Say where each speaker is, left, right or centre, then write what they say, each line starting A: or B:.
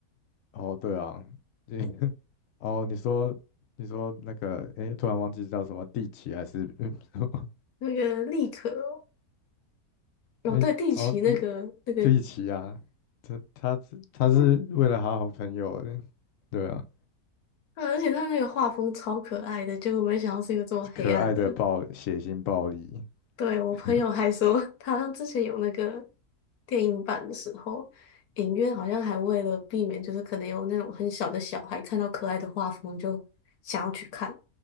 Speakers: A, on the left; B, on the left.
A: 哦，对啊，你 <laughs> 哦，你说你说那个，诶，突然忘记叫什么地奇还是 <laughs> 嗯，么？
B: 那个立可哦，哦对，
A: 因为哦，
B: 地奇那个那个，
A: 一地奇啊，他他是他是为了他好朋友的，
B: 嗯，
A: 对啊，
B: 啊而且他那个画风超可爱的，结果没想到是一个这么黑暗的。
A: 可爱的暴血腥暴力，
B: 对，我朋友还说，
A: <laughs>
B: <laughs> 他好像之前有那个电影版的时候，影院好像还为了避免，就是可能有那种很小的小孩看到可爱的画风就想要去看，